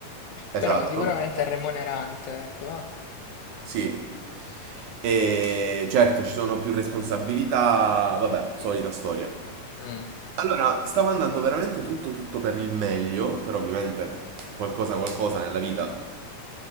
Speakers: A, on the right; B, on the left.
A: esatto,
B: Però sicuramente è remunerante, ecco. ah.
A: sì. E certo, ci sono più responsabilità, vabbè, solita storia.
B: Mm,
A: Allora, stava andando veramente tutto tutto per il meglio, però ovviamente qualcosa qualcosa nella vita